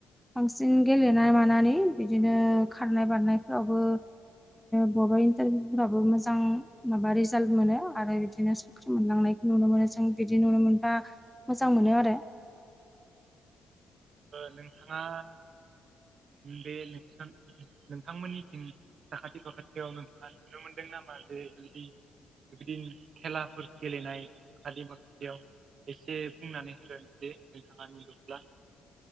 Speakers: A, in the centre; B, on the right (about 55°).
A: बांसिन गेलेनाय मानानै बिदिनो खारनाय बारनायफ्रावबो बबेबा इन्टारभिउफोराबो मोजां माबा रिजाल्ट मोनो आरो बिदिनो साख्रि मोनलांनायखौ नुनो मोनो जों बिदि नुनो मोनबा मोजां मोनो आरो
B: नोंथाङा बे नोंस नोंथांमोननिथिं साखाथि फाखाथियाव नोंथाङा नुनो मोनदों नामा जे बिदि बिबायदिनो खेलाफोर गेलेनाय <unintelligible> याव एसे बुंनानै होदो दे नोंथाङा नुदोंब्ला